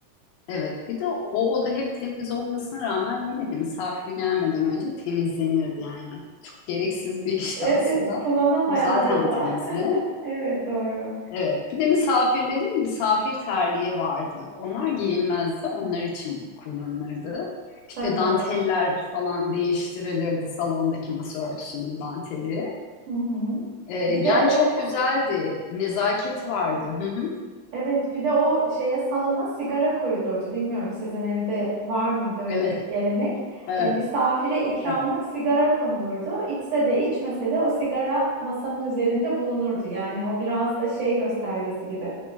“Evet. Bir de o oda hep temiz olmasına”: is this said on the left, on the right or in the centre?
Left